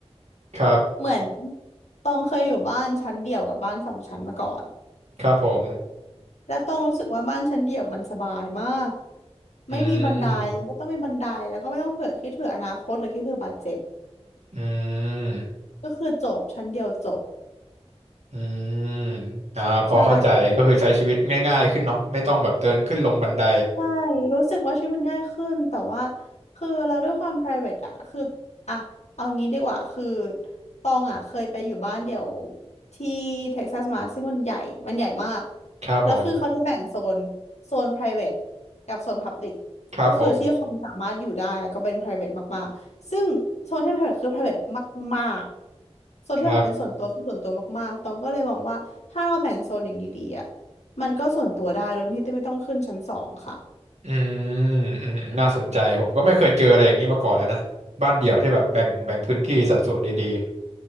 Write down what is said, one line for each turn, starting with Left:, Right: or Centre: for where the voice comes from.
Right: ครับ
Left: เหมือนตองเคยอยู่บ้านชั้นเดี่ยวกับบ้านสองชั้นมาก่อน
Right: ครับผม
Left: แล้วตองรู้สึกว่าบ้านชั้นเดี่ยวมันสบายมาก
Right: อืม
Left: ไม่มีบันไดไม่ต้องมีบันไดแล้วก็ไม่ต้องเผื่อคิดเผื่ออนาคตหรือคิดเผื่อบาดเจ็บ
Right: อืม
Left: ก็คือจบชั้นเดียวจบ
Right: อืม อ่าพอเข้าใจก็คือใช้ชีวิตง่ายๆขึ้นเนาะไม่ต้องแบบเดินขึ้นลงบันได
Left: ใช่ ใช่รู้สึกว่าชีวิตมันง่ายขึ้น แต่ว่าคือเราด้วยความ private อะคืออะเอางี้ดีกว่า คือตองอะเคยไปอยู่บ้านเดี่ยวที่เท็กซัสมาซึ่งมันใหญ่ มันใหญ่มาก
Right: ครับผม
Left: แล้วคือเขาจะแบ่งโซนโซน private กับโซน public
Right: ครับผม
Left: ก็คือที่คนสามารถอยู่ได้แล้วก็เป็น private มาก ๆ ซึ่งโซนที่เป็น private คือ private มาก ๆ โซนที่แบบเป็นส่วนตัวคือส่วนตัวมาก
Right: ครับ
Left: ๆตองก็เลยมองว่าถ้าเราแบ่งโซนอย่างดีๆอะมันก็ส่วนตัวได้โดยที่ไม่ต้องขึ้นชั้นสองค่ะ
Right: อืม อืมน่าสนใจผมก็ไม่เคยเจออะไรอย่างนี้มาก่อนเลยนะ บ้านเดี่ยวที่แบบแบ่ง แบ่งพื้นที่สัดส่วนดี